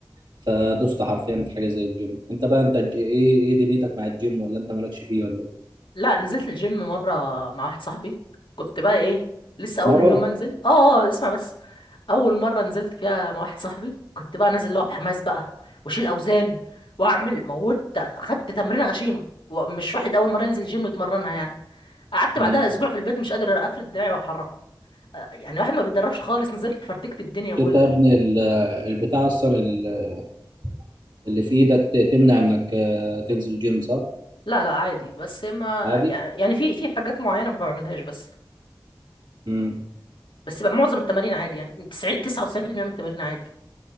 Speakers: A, on the right (about 65°); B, on the left (about 85°).
A: فدوست حرفيا في حاج- حاجه زي الجيم انت بقى انت الج- ايه ايه دنيتك مع الجيم ولا انت مالكش فيه ولا ايه
B: لا نزلت الجيم مرة مع واحد صاحبي كنت بقى ايه لسه اول
A: مره
B: يوم انزل اه اه اسمع بس اول مرة نزلت فيها مع واحد صاحبي كنت بقى نازل اللي هو بحماس بقى واشيل اوزان واعمل موت خدت تمرينة غشيمة ومش واحد اول مرة ينزل جيم يتمرنها يعني قعدت
A: امم
B: بعدها اسبوع في البيت مش قادر اقفل دراعي واحركه آه، يعني واحد ما بيتدربش خالص نزلت فرتكت الدنيا بقول
A: انت يا
B: لك.
A: ابني ال- البتاع اصلا ال- اللي في ايدك ت- تمنع انك آه، تنزل جيم صح
B: لا لا عادي بس ما
A: عادي
B: يعني يعني في في حاجات معينة ما بعملهاش بس
A: امم
B: بس بقى معظم التمارين عادي يعني 90 99% من التمارين عادي